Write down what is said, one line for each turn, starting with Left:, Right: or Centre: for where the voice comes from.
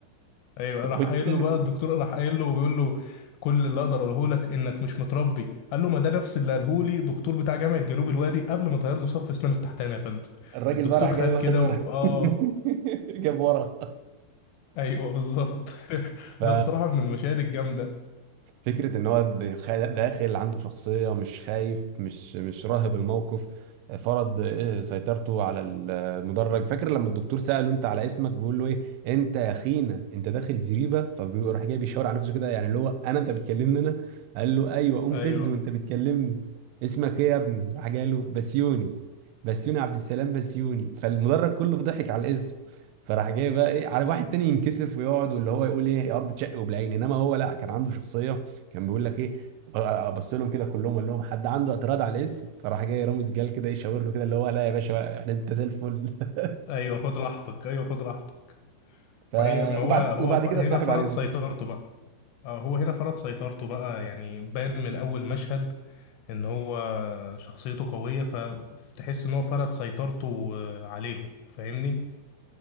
Left: ايوه
Right: <laughs>
Left: راح
Right: والتالت
Left: قايل له بقى الدكتور راح قايل له وبيقول له كل اللي اقدر اقوله لك انك مش متربي قال له ما ده نفس اللي قاله لي دكتور بتاع جامعه جنوب الوادي قبل ما طير له صف اسنانه التحتاني يا فندم
Right: الراجل
Left: الدكتور
Right: بقى راح
Left: خاف
Right: جاي واخد
Left: كده
Right: ورا
Left: و... اه
Right: <laughs> جاب ورا
Left: ايوه بالظبط <laughs>
Right: ف...
Left: ده بصراحه من المشاهد الجامده
Right: فكرة إن هو دخا- داخل عنده شخصية مش خايف مش مش راهب الموقف فرض إيه سيطرته على المدرج فاكر لما الدكتور سأله أنت على اسمك بيقول له إيه أنت يا خينا أنت داخل زريبة فبيروح جاي بيشاور على نفسه كده يعني اللي هو أنا أنت بتكلمني أنا قال له أيوه قوم
Left: ايوه
Right: فز وأنت بتكلمني اسمك إيه يا ابني راح جاي قال له بسيوني بسيوني عبد السلام بسيوني فالمدرج كله ضحك على الاسم فراح جاي بقى ايه على واحد تاني ينكسف ويقعد واللي هو يقول ايه يا ارض تشق وبالعين انما هو لا كان عنده شخصيه كان بيقول لك ايه ابص لهم كده كلهم وقال لهم حد عنده اعتراض على الاسم فراح جاي رامز جال كده يشاور له كده اللي هو لا يا باشا احنا انت زي الفل <laughs>
Left: ايوه خد راحتك ايوه خد راحتك
Right: ف
Left: ما هي ما هو
Right: وبعد
Left: هو
Right: وبعد
Left: ف...
Right: كده
Left: هنا
Right: اتصاحب
Left: فرض
Right: عليهم
Left: سيطرته بقى اه هو هنا فرض سيطرته بقى يعني بان من اول مشهد ان هو شخصيته قوية فتحس ان هو فرض سيطرته آه، عليهم فاهمني